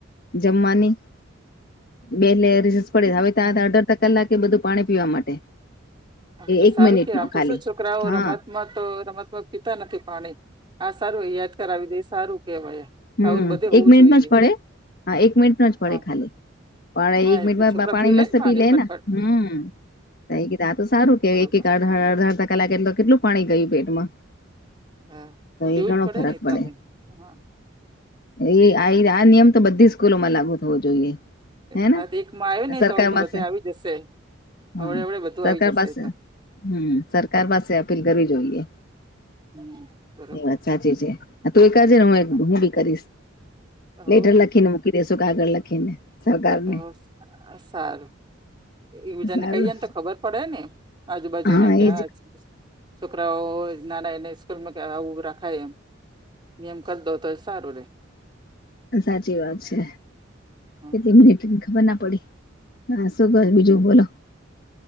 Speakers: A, on the left; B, on the right.
A: જમવાની બેલ ને રિસેસ પડે હવે ત્યાડર કલાકે બધું પાણી પીવા માટે
B: હ
A: એ
B: તો
A: એક
B: સારું
A: મિનિટ
B: કે
A: નો
B: આમ
A: ખાલી
B: તો શું છોકરાઓ
A: હા
B: રમતમાં તો રમતમાં પીતા નથી પાણી. આ સારું યાદ કરાવી દે સારું કેવાય.
A: હમ્મ
B: આવું બધે હોવું
A: એક મિનિટ
B: જોઈએ
A: નો જ પડે હા એક મિનિટ નો જ પડે
B: હા
A: ખાલી પણ
B: હા
A: એક
B: એ
A: મિનિટમાં
B: તો છોકરા
A: પાણી મસ્ત
B: ને
A: પી લે
B: ફટફટ
A: ને હમ્મ <unintelligible> એ તો સારું કે
B: બરોબર
A: એક એક અડધા અડધા કલાકે એ તો કેટલું પાણી ગયું પેટમાં
B: હા
A: તો
B: પીવું
A: એ ઘણો
B: જ
A: ફરક
B: ને
A: પડે.
B: તમે હા
A: એ આ નિયમ તો બધી સ્કૂલોમાં લાગુ થવો જોઈએ. હેને
B: હા તો એકમાં આયો ને
A: સરકાર
B: તો
A: પાસે
B: બધા ને આવી જશે
A: હા
B: હવડે હવડે બધું
A: સરકાર
B: આવી જશે
A: પાસે
B: એ તો
A: હમ સરકાર પાસે અપીલ કરવી જોઈએ.
B: હમ બરોબર
A: એ વાત સાચી છે તો એકાજે ને હું
B: હા
A: હું કરીશ
B: હો
A: લેટર લખીને મૂકી દેસુ કાગળ લખીને. સરકારને
B: આ તો સારું એ બજાને
A: સારું
B: કહીયએ ને તો ખબર પડે ને. આજુબાજુને
A: હા
B: કયા
A: એજ
B: છોકરાઓ ના નાના એ સ્કૂલમાં રખાય એમ નનેમક દો ત જ સારું રહેે.
A: સાચી વાત છે
B: હ
A: કેટ મિનિટ ખબર ના પડી. હા શું કર બીજું બોલો?